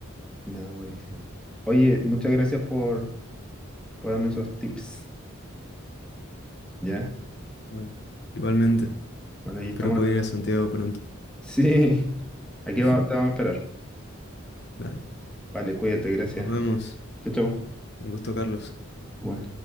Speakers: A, in the centre; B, on the left (about 55°).
A: ya, buenísima. Oye, muchas gracias por, por darme esos tips. ¿Ya?
B: Bueno, Igualmente.
A: Bueno, ahí
B: Espero
A: estamos
B: poder
A: hablando.
B: ir a Santiago
A: <laughs>
B: pronto.
A: Sí, aquí
B: <laughs>
A: va- te vamos a esperar.
B: Dale,
A: Vale, cuídate, gracias.
B: nos vemos.
A: Chau, chau.
B: Un gusto, Carlos.
A: Igual.